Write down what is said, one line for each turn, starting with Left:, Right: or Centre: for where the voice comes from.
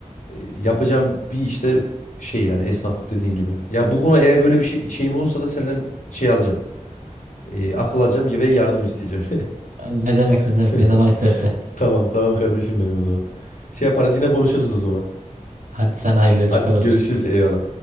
Left: e, yapacağım bir işte şey yani esnaflık dediğin gibi. Ya bu konu eğer böyle bir şey şeyim olursa da senden şey alacağım. E, akıl alacağım ve yardım isteyeceğim.
Right: Yani ne demek ne demek
Left: <laughs>
Right: ne zaman istersen.
Left: Tamam tamam kardeşim benim o zaman. Şey yaparız yine konuşuruz o zaman.
Right: Hadi sen hayırlı yolculuklar
Left: Hadi
Right: olsun.
Left: görüşürüz eyvallah.